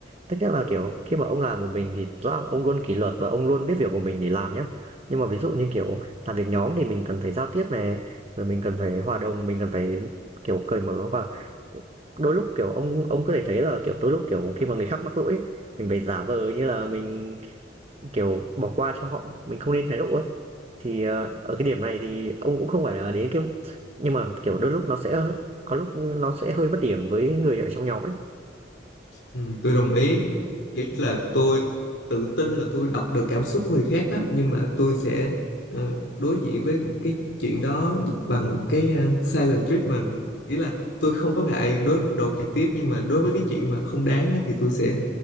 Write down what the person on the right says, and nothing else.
Tức nghĩa là, kiểu, khi mà ông làm một mình thì rõ là ông luôn kỷ luật và ông luôn biết việc của mình để làm nhá. Nhưng mà ví dụ như, kiểu, làm việc nhóm thì mình cần phải giao tiếp này, rồi mình cần phải hòa đồng, mình cần phải, kiểu, cởi mở và đôi lúc, kiểu, ông ông có thể thấy là, kiểu, đôi lúc, kiểu, khi mà người khác mắc lỗi ấy, mình phải giả vờ như là mình, kiểu, bỏ qua cho họ, mình không nên thái độ ấy. Thì, ờ, ở cái điểm này thì ông cũng không phải là đến cái nhưng mà, kiểu, đôi lúc nó sẽ có lúc nó sẽ hơi mất điểm với người ở trong nhóm ấy.
Ừm,